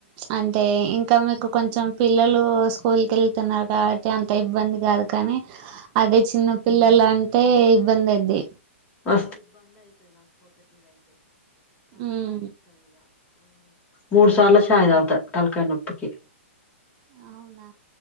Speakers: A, on the right; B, on the left.
A: అంటే ఇంక మీకు కొంచెం పిల్లలు స్కూల్ కెళ్లుతున్నారు కాబట్టి అంత ఇబ్బంది కాదు కానీ అదే చిన్న పిల్లల అంటే ఇబ్బంది అయ్యిది
B: <unintelligible> ఆ
A: ఉమ్
B: మూడుసార్ల చాయ్ తాగత తలకాయ నొప్పికి
A: అవునా